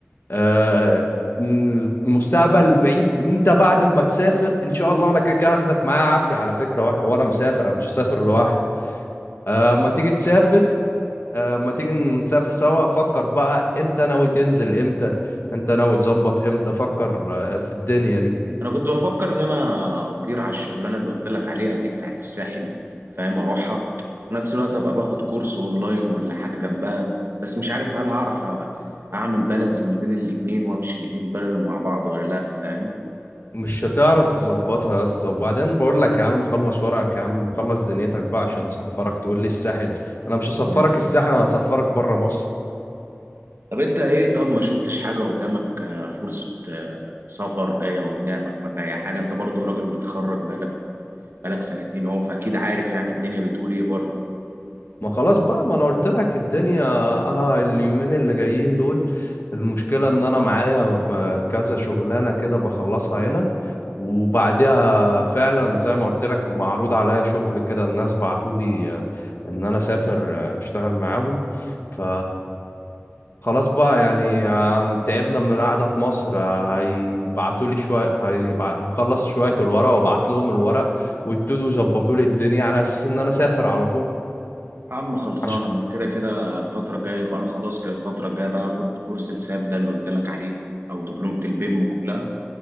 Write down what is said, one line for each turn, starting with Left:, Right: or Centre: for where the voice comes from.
Left: آه، المستقبل البعيد انت بعد ما تسافر ان شاء الله انا كده كده هاخدك معايا عافيه على فكره وح- وانا مسافر انا مش هسافر لوحدي آه، اما تيجي تسافر آه، اما تيجي نسافر سوا فكر بقى انت ناوي تنزل امتى انت ناوي تظبط امتى فكر آه، في الدنيا دي
Right: انا كنت بفكر ان انا اطير على الشغلانه اللي قلت لك عليها دي بتاعت الساحل فاهم اروحها في نفس الوقت ابقى باخد كورس اونلاين ولا حاجه جنبها بس مش عارف هل هعرف أ- اعمل بالانس ما بين الاتنين وامشي الاتنين بارل مع بعض ولا لا فاهم
Left: مش هتعرف تظبطها يا اسطى وبعدين بقول لك يا عم خلص ورقك يا عم خلص دنيتك بقى عشان اسفرك تقول لي الساحل انا مش هسفرك
Right: مم.
Left: الساحل انا هسفرك بره مصر
Right: طب انت ايه طب ما شفتش حاجه قدامك آه، فرصه آه، سفر جايه قدامك ولا اي حاجه انت برضو راجل متخرج بقالك بقالك سنتين اهو فاكيد عارف يعني الدنيا بتقول ايه بره
Left: ما خلاص بقى ما انا قلت لك الدنيا انا اليومين اللي جايين دول المشكلة ان انا معايا ب- كذا شغلانة كده بخلصها هنا وبعدها فعلا زي ما قلت لك معروض عليا شغل كده الناس بعتولي آه، ان انا اسافر آه، اشتغل معاهم ف خلاص بقى يعني عن- تعبنا من القعدة في مصر آه، هيبعتولي شوية هيبع- هخلص شوية الورق وابعت لهم الورق ويبتدوا يظبطوا لي الدنيا على اساس ان انا اسافر على طول
Right: يا عم خلصان
Left: عشان
Right: انا كده كده الفترة الجاية يبقى انا خلاص كده الفترة الجاية بقى هاخد كورس الساب ده اللي قلت لك عليه او دبلومة البيم كلها